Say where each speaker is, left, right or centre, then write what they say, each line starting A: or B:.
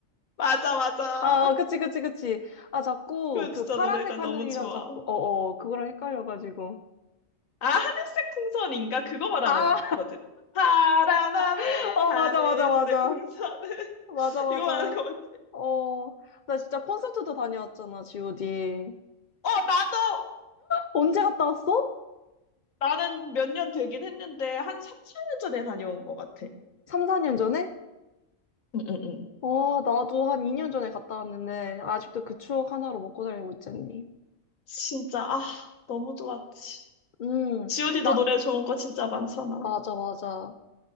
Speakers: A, on the left; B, on the left.
A: 맞아, 맞아.
B: 아, 어, 그치, 그치, 그치. 아, 자꾸
A: 그
B: 그
A: 진짜
B: 파란색
A: 노래가
B: 하늘이랑
A: 너무 좋아.
B: 자꾸, 어, 어, 그거랑 헷갈려가지고.
A: 아, 하늘색 풍선인가? 그거 말하는
B: 아,
A: 거지. 파란하늘,
B: <laughs> 어,
A: 하늘색
B: 맞아, 맞아, 맞아.
A: 풍선은. <laughs>
B: 맞아, 맞아.
A: 이거 말하는 거 맞지?
B: 어, 나 진짜 콘서트도 다녀왔잖아, GOD.
A: 어, 나도,
B: 언제 갔다 왔어?
A: 나는 몇 년 되긴 했는데, 한 3, 4년 전에 다녀온 것 같아.
B: 3, 4년 전에?
A: 응, 응, 응.
B: 와 나도 한 2년 전에 갔다 왔는데, 아직도 그 추억 하나로 먹고 살고 있잖니.
A: 진짜, 아, 너무 좋았지.
B: 음,
A: GOD도
B: 나,
A: 노래 좋은 거 진짜 많잖아.
B: 맞아, 맞아.